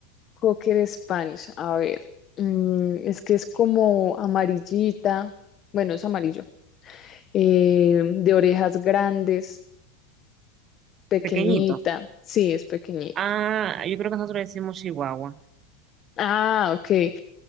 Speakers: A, on the left; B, on the right.
A: Cocker Spanish, a ver, mm, es que es como amarillita, bueno, es amarillo, eh, de orejas grandes, pequeñita,
B: El pequeñito.
A: sí, es pequeñita.
B: Ah, yo creo que nosotros le decimos chihuahua.
A: Ah, ok.